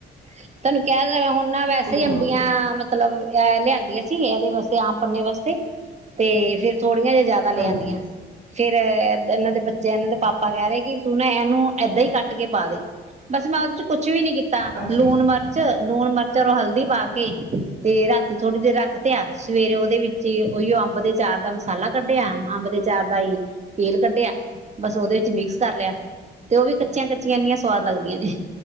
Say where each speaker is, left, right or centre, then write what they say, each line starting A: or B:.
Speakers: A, on the right (about 35°); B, on the right (about 65°).
A: ਤੁਹਾਨੂੰ ਕਹਿ ਹੁਣ ਨਾ ਵੈਸੇ
B: ਹਮ
A: ਅੰਬੀਆਂ ਮਤਲਬ ਮਤਲਬ ਇਹ ਲਿਆਂਦੀਆਂ ਸੀ ਇਹਦੇ ਵਾਸਤੇ ਆਮ ਪੰਨੇ ਵਾਸਤੇ ਤੇ ਫਿਰ ਥੋੜੀਆਂ ਜਿ ਜਿਆਦਾ ਲੈ
B: ਹਾਂਜੀ
A: ਆਦੀਆਂ ਫੇਿਰ ਇਹਨਾਂ ਦੇ ਬੱਚੇ ਇਹਨਾਂ ਦੇ ਪਾਪਾ ਕਹਿ ਰਹੇ ਕਿ ਤੂੰ ਨਾ ਇਹਨੂੰ ਏਦਾਂ ਹੀ ਕੱਟ ਕੇ ਪਾ ਦੇ ਬਸ ਮੈਂ ਕੁਛ ਵੀ ਨੀ ਕੀਤਾ
B: ਅੱਛਾ
A: ਲੂਣ
B: ਅੱਛਾ
A: ਮਿਰਚ ਲੂਣ ਮਿਰਚ ਔਰ ਹਲਦੀ ਪਾ ਕੇ ਤੇ ਰਾਤੀ ਥੋੜੀ ਦੇਰ ਰੱਖ ਤੇਿਆ ਸਵੇਰੇ ਉਹਦੇ ਵਿੱਚ ਹੀ ਉਹੀ ਅੰਬ ਦੇ ਚਾਰ ਦਾ ਮਸਾਲਾ ਕੱਢਿਆ ਅੰਬ ਦੇ ਚਾਰ ਦਾ ਹੀ ਤੇਲ ਕੱਢਿਆ ਬਸ ਉਹਦੇ ਵਿੱਚ ਮਿਕਸ ਕਰ ਲਿਆ ਤੇ ਉਹ ਵੀ ਕੱਚੀਆਂ ਕੱਚੀਆਂ ਇੰਨੀਆਂ ਸਵਾਦ ਲੱਗਦੀਆਂ ਨੇ